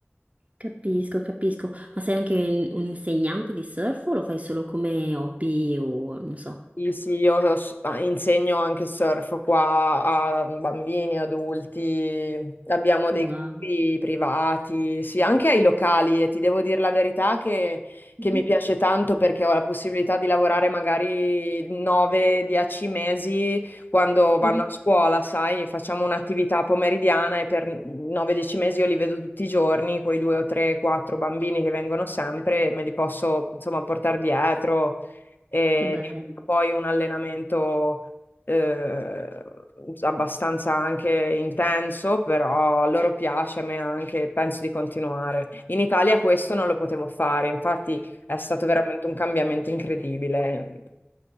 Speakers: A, on the right (about 35°); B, on the left (about 50°).
A: capisco, capisco. Ma sei anche un, un insegnante di surf o lo fai solo come hobby o non so?
B: Sì, sì, io s- ah, insegno anche surf qua a bambini, adulti, abbiamo dei
A: Wow,
B: gruppi privati, sì, anche ai locali e ti devo dire la verità che,
A: Mhm.
B: che mi piace tanto perché ho la possibilità di lavorare magari 9-10 mesi quando vanno
A: Mhm.
B: a scuola, sai, facciamo un'attività pomeridiana e per 9-10 mesi io li vedo tutti i giorni, quei due o tre, quattro bambini che vengono sempre, me li posso insomma portare dietro e
A: che bello.
B: diventa poi un allenamento eh, abbastanza anche intenso, però a loro piace, a me anche, penso di continuare. In Italia questo non lo potevo fare, infatti è stato veramente un cambiamento incredibile.